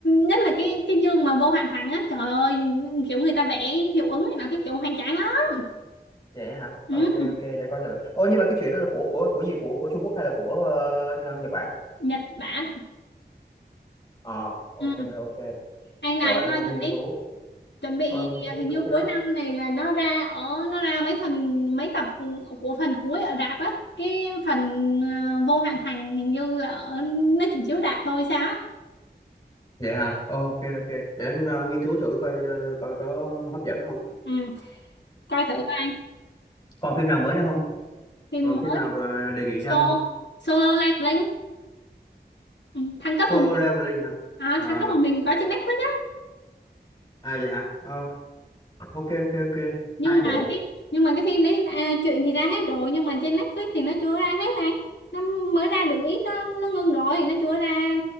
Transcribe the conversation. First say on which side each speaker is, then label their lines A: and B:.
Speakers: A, on the left; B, on the left.
A: nhất là cái cái chương mà vô hạn thành á, trời ơi kiểu người ta vẽ hiệu ứng này nó cái kiểu hoành tráng lắm.
B: vậy hả
A: Ừ.
B: ok ok để coi thử ô nhưng mà cái chuyện đó là của của của gì của của Trung Quốc hay là của ờ, Nh- Nhật Bản
A: Nhật Bản
B: ờ ok
A: ừ.
B: ok
A: anh
B: rồi
A: này anh
B: anh
A: coi
B: sẽ nghiên
A: thử đi
B: cứu
A: chuẩn bị
B: Ờ, anh sẽ nghiên
A: hình
B: cứu
A: như
B: cái
A: cuối
B: đó
A: năm này là nó ra ở nó ra mấy phần mấy tập của phần cuối ở rạp á cái phần ờ, vô hạn thành hình như là ở, nó chỉ chiếu rạp thôi sao á
B: vậy hả ok ok để anh ờ, nghiên cứu thử coi ờ, coi có hấp dẫn không
A: ừ. coi thử coi anh
B: còn phim nào mới nữa không
A: phim
B: còn
A: mới
B: phim nào ờ, đề nghị
A: so
B: cho anh không
A: solo leveling ừ. thăng
B: Solo
A: cấp một mình
B: Leveling hả
A: à,
B: à
A: thăng cấp một mình có trên Netflix
B: à vậy hả Ờ, ok ok ok
A: nhưng
B: hai bộ
A: mà cái nhưng mà cái phim đấy à, chuyện thì ra hết rồi nhưng mà trên Netflix thì nó chưa ra hết anh nó mới ra được ít đó nó ngưng rồi nó chưa ra